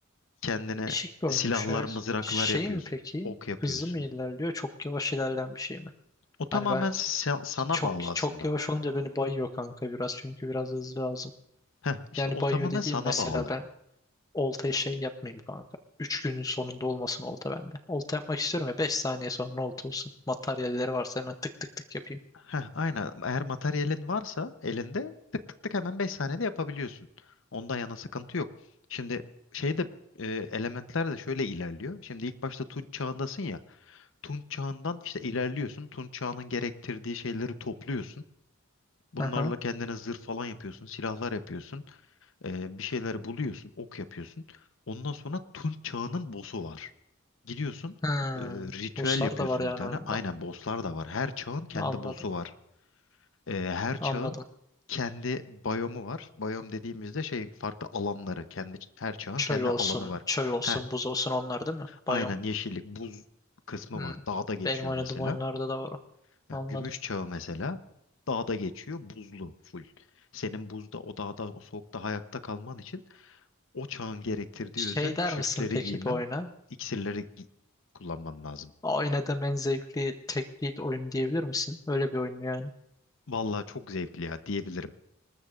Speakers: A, on the left; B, on the left.
A: Kendine
B: Değişik bir oyunmuş
A: silahlar,
B: ya.
A: mızraklar
B: Şey
A: yapıyorsun.
B: mi peki?
A: Ok yapıyorsun.
B: Hızlı mı ilerliyor? Çok yavaş ilerleyen bir şey mi?
A: O tamamen
B: Hani ben
A: sa- sana
B: çok
A: bağlı
B: çok
A: aslında.
B: yavaş olunca beni bayıyor kanka biraz. Çünkü biraz hızlı lazım.
A: Heh, işte
B: Yani
A: o
B: bayıyor
A: tamamen
B: dediğim
A: sana
B: mesela
A: bağlı.
B: ben Oltaya şey yapmayayım kanka. üç günün sonunda olmasın olta bende. Olta yapmak istiyorum ya 5 saniye sonra olta olsun. Materyalleri varsa hemen tık tık tık yapayım.
A: Heh, aynen. Eğer materyalin varsa elinde tık tık tık hemen 5 saniyede yapabiliyorsun. Ondan yana sıkıntı yok. Şimdi şeyde e, elementler de şöyle ilerliyor. Şimdi ilk başta Tunç çağındasın ya. Tunç çağından işte ilerliyorsun. Tunç çağının gerektirdiği şeyleri topluyorsun. Bunlarla
B: Aha.
A: kendine zırh falan yapıyorsun, silahlar yapıyorsun. Ee, bir şeyleri buluyorsun, ok yapıyorsun. Ondan sonra Tunç Çağı'nın boss'u var. Gidiyorsun,
B: Hmm.
A: e, ritüel
B: Bosslar
A: yapıyorsun
B: da var yani
A: bir tane.
B: oyunda.
A: Aynen boss'lar da var. Her çağın kendi
B: Anladım.
A: boss'u var. Ee, her çağın
B: Anladım.
A: kendi biyomu var. Biyom dediğimizde şey farklı alanları, kendi her çağın
B: Çöl
A: kendi
B: olsun,
A: alanı var.
B: çöl olsun,
A: Heh,
B: buz olsun onlar değil mi?
A: aynen
B: Biyom.
A: yeşillik, buz kısmı
B: Hmm.
A: var. Dağda geçiyor
B: Benim oynadığım
A: mesela.
B: oyunlarda da var o.
A: Ha,
B: Anladım.
A: Gümüş çağı mesela dağda geçiyor, buzlu full. Senin buzda, o dağda, o soğukta hayatta kalman için o çağın gerektirdiği
B: Şey
A: özel kürkleri
B: der misin peki
A: giymem,
B: bu oyuna?
A: iksirleri gi- kullanmam lazım.
B: Oynadığım en zevkli tek lead oyun diyebilir misin? Öyle bir oyun mu yani?
A: Vallahi çok zevkli ya diyebilirim.